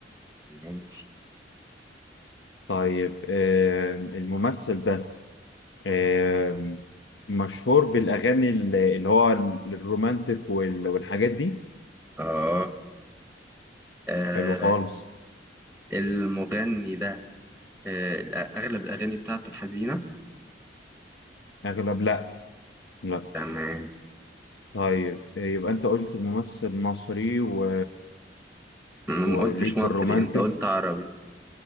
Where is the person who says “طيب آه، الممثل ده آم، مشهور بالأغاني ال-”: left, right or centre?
Left